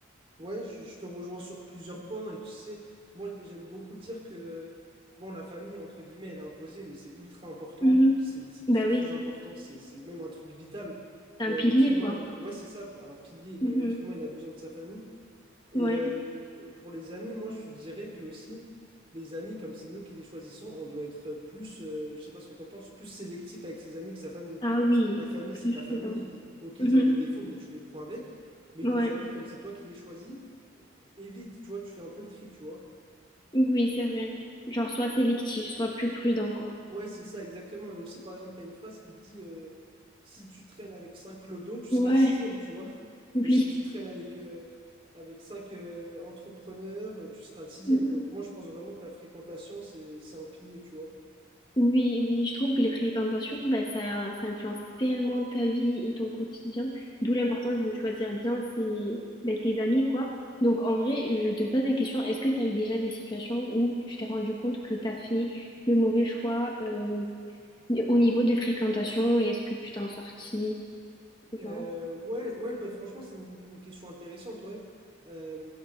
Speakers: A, on the right (about 25°); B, on the left (about 20°).
A: Ouais, je, je te rejoins sur plusieurs points. Et tu sais, moi, j'aime beaucoup dire que, bon, la famille, entre guillemets, elle est imposée, mais c'est ultra important.
B: Mhm.
A: C'est c'est très,
B: bah
A: très
B: oui
A: important. C'est c'est même un truc vital,
B: c'est un
A: euh,
B: pilier
A: l'être humain.
B: quoi
A: hein. Ouais, c'est ça, un pilier. Le-
B: Mhm.
A: L'être humain, il a besoin de sa famille. Et
B: ouais
A: euh, pour les amis, moi, je dirais que aussi, les amis, comme c'est nous qui les choisissons, on doit être plus, euh, je sais pas ce que tu en penses, plus sélectif avec ses amis que sa famille.
B: ah oui
A: Puisque ta famille, c'est
B: je suis
A: ta famille.
B: dedans
A: ils- Ok, ils
B: Mhm.
A: ont des défauts, mais tu les prends avec. Mais
B: ouais
A: tes amis, comme c'est toi qui les choisis, é- évite, tu vois, tu fais un peu le tri, tu vois.
B: oui c'est vrai genre soit sélectif soit plus prudent quoi
A: Ouais, c'est ça, exactement. Et aussi, par exemple, tu as une phrase qui dit euh, si tu traînes avec 5 clodos, tu seras
B: ouais
A: le sixième, tu vois.
B: oui
A: Et si tu traînes avec, euh, avec 5 entrepreneurs, euh, tu seras le sixième.
B: Mhm.
A: Donc, moi, je pense vraiment que la fréquentation, c'est, c'est un pilier, tu vois.
B: Oui, oui, je trouve que les fréquentations, bah, ça, ça influence tellement ta vie et ton quotidien, d'où l'importance de choisir bien ses, bah, tes amis, quoi. Donc, en vrai, je te pose la question, est-ce que tu as eu déjà des situations où tu t'es rendu compte que tu as fait le mauvais choix euh, au niveau de fréquentation et est-ce que tu t'en sortis, genre...
A: Euh, ouais, ouais bah, franchement, c'est une, une question intéressante, ouais. Euh,